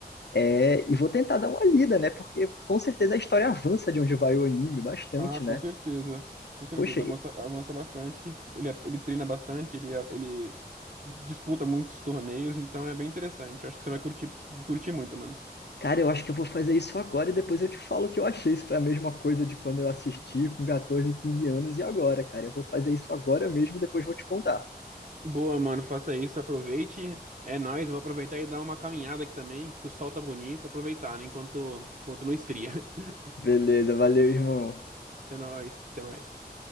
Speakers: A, on the left; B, on the right.
A: É, e vou tentar dar uma lida, né? Porque com certeza a história avança de onde vai o anime bastante,
B: Ah, com
A: né?
B: certeza. Com certeza.
A: Poxa,
B: Avança, avança bastante. Ele, é, ele treina bastante, ele, é, ele disputa muitos torneios, então é bem interessante. Eu acho que você vai curtir, curtir muito, mano.
A: Cara, eu acho que eu vou fazer isso agora e depois eu te falo o que eu achei. Se foi a mesma coisa de quando eu assisti com 14, 15 anos e agora, cara. Eu vou fazer isso agora mesmo e depois vou te contar.
B: Boa, mano. Faça isso, aproveite. É nóis, eu vou aproveitar e dar uma caminhada aqui também, que o sol tá bonito. Aproveitar, né? Enquanto, enquanto não esfria. <laughs>
A: Beleza, valeu, irmão.
B: É nóis, até mais.